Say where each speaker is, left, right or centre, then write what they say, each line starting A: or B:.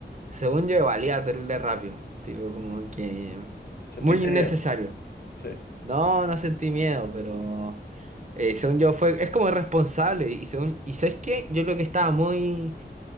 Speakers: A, on the right; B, on the left.
A: según yo, valía el de rápido. Tipo, como que
B: ¿Sentiste
A: muy innecesario.
B: miedo? Sí.
A: No, no sentí miedo, pero eh, según yo fue, es como irresponsable. Y según, y ¿sabes qué? Yo creo que estaba muy